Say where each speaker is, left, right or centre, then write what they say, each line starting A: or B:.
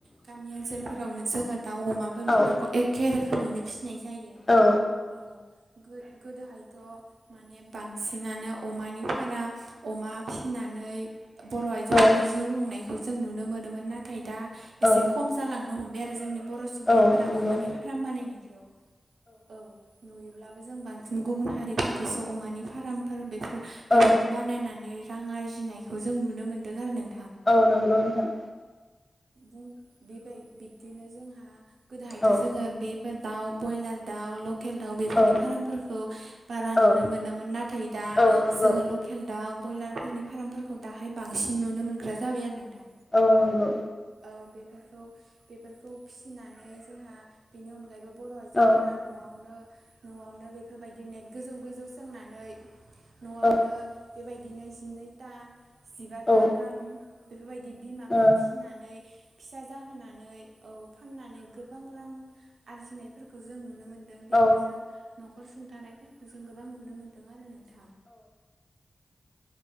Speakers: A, on the right; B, on the left.
A: गामि ओनसोलफोरावनो जोङो दाउ अमा बोरमाफोरखौ
B: औ
A: एखे रोखोमैनो फिनाय जायो
B: औ
A: औ। गोदोहायथ' माने बांसिनानो अमानि फारा अमा फिनानै बर' आइजोफोरखौ
B: औ
A: जिउ खुंनायखौ जों नुनो मोनोमोन नाथाय दा एसे
B: औ
A: खम जालांनो हमबाय आरो जोंनि बर' सुबुंफोरा
B: औ नंगौ
A: अमानि फार्म बानायनायखौ औ नुयोब्लाबो जों बांसिन गुबुन हारिफोरखौसो अमानि फार्मफोर बे बेफोरखौ
B: औ
A: बानायनानै रां आरजिनायखौ जों नुनो मोन्दों आरो नों
B: औ नंगौ नोंथां।
A: बिदि बेबाय बिब्दिनो जोंहा गोदोहायथ'
B: औ
A: जोङो बे फोर दाउ ब्रइलार दाउ ल लकेल दाउ बेफोरनि
B: औ
A: फार्मफोरखौ बारा
B: औ
A: नुनो मोनामोन नाथाय दा
B: औ नंगौ
A: जोङो लकेल दाउ ब्रयलारफोरनि फार्मफोरखौ दाहाय बांसिन नुनो मोनग्रा जाबाय आरो नोंथां
B: औ नंगौ।
A: औ बेफोरखौ बेफोरखौ फिसिनानै जोंहा बिनि अनगायैबो बर' आइजोफोरा
B: औ
A: न'आवनो न'आवनो बेफोरबायदि नेट गोजौ गोजौ सोंनानै न'आवनो
B: औ
A: बेबायदिनो जिनैथा जिबाथा
B: औ ओ
A: गाहाम बेफोरबायदि बिमाफोर
B: औ
A: फिसिनानै फिसा जाहोनानै औ फाननानै गोबां रां आरजिनायफोरखौ जों नुनो मोनदों बेफोरजों
B: औ
A: न'खर सुंथानायफोरखौ जों गोबां नुनो मोन्दों आरो नों औ।